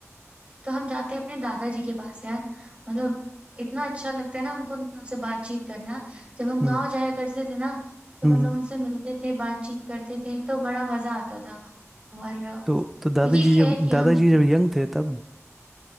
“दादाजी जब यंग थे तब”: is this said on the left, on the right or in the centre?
Centre